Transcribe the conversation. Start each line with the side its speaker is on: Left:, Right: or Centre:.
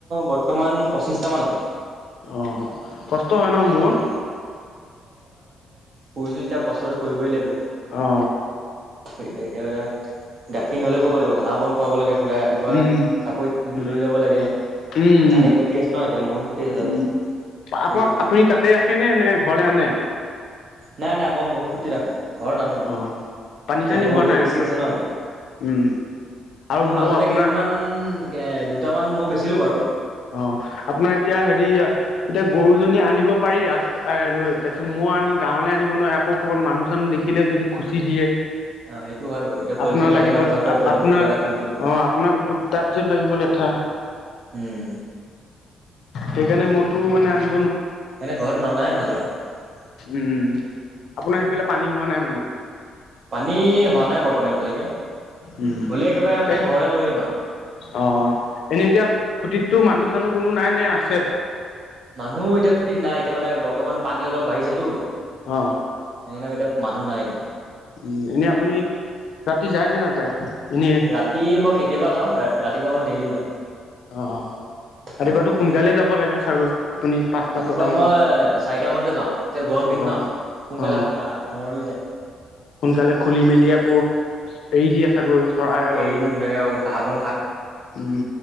Right: বৰ্তমান পঁচিশটা মান আছে।
Left: অ কষ্ট হয় ন ম'হত?
Right: পোহিছো যেতিয়া কষ্টটো কৰিবই লাগিব।
Left: অ।
Right: সেইটোয়ে এতিয়া এয়া গাখীৰ নহলেও কৰপৰা দিব ঘাঁহ বন খুৱাব লাগে সদায় ৰাতিপুৱা
Left: উম
Right: চাপৰিত
Left: উম
Right: লৈ যাব লাগে।
Left: উম উম
Right: তাতে খুটি আছে ন এতিয়া ম'হৰ খুটি আছে তাতে।
Left: উম উম
Right: সেইটোৱে
Left: আপোনাক আপুনি তাতে ৰাখে নে নে ঘৰলে আনে?
Right: নাই নাই মই ম'হৰ খুটিত ৰাখো। ঘৰত নানো মানে
Left: অ
Right: এতিয়া
Left: পানী চানী
Right: ম'হ
Left: হোৱা
Right: এতিয়া
Left: নাই
Right: বেছি আছে ন এতিয়া।
Left: উম আৰু
Right: এই
Left: ম'হ
Right: মাজতে
Left: আপোনাৰ
Right: কেইদিনমান এ দুটামান ম'হ বেচিলো বাৰু।
Left: অ আপোনাৰ এতিয়া হেৰি এতিয়া গৰুজনী আনিব পাৰি লৈ তাৰপিছত ম'হ হ আনি গাঁৱলে আনিব নোৱাৰি আকৌ ক'ৰবাত মানুহ-চানুহ দেখিলে যদি খুচি দিয়ে।
Right: অ সেইটো হয় বাৰু এতিয়া পোৱালি
Left: আপোনাৰ
Right: চোৱালি থাকে
Left: লাগিব
Right: ন ভয় কৰে পোৱালিটোক
Left: আপোনাৰ
Right: কিবা এটা কৰি দিম বুলি
Left: অ আপোনাৰ তাৰপিছত লাগিব লেঠা।
Right: উম।
Left: সেইকাৰণে ম'হতো মানে আনি
Right: এনে ঘৰত ননাই ভাল আৰু।
Left: উম। আপোনাৰ
Right: উম
Left: হেইফালে পানী হোৱা নাই মানে?
Right: পানী হোৱা নাই বৰ্তমান এতিয়ালৈকে।
Left: উম,
Right: হ'লে একেবাৰে মানে
Left: এ
Right: ঘৰলে লৈ আহিম আৰু
Left: অ এনেই এতিয়া খুটিত টো মানুহ-চানুহ কোনো নাই নে আছে?
Right: মানুহ এতিয়া খুটিত নাই এতিয়া মানে বৰ্তমান পানী অলপ বাঢ়িছেতো।
Left: অ।
Right: সেইকাৰণে এতিয়া মানুহ নাই এতিয়া।
Left: উম। এনে আপুনি ৰাতি যায় নে নাযায়? এনেই
Right: ৰাতি মই কেতিয়াবা যাওঁ, ৰাতিপুৱা মই ডেইলি যাওঁ।
Left: অ। ৰাতিপুৱাতো
Right: অ সেইটোৱে
Left: সোনকালে যাব লাগে চাগৈ? আপুনি পাঁচটা
Right: ৰাতিপুৱা
Left: ছটা মানত
Right: মই চাৰিটা মানতে যাওঁ এতিয়া গৰম
Left: অ
Right: দিন ন সোনকালে
Left: অ
Right: পোহৰ হৈ যায়।
Left: সোনকালে খুলি মেলি আকৌ এৰি দিয়ে চাগৈ? চৰাই অলপ
Right: এৰি দিও ধুনীয়াকে ঘাঁহ-বন
Left: উম,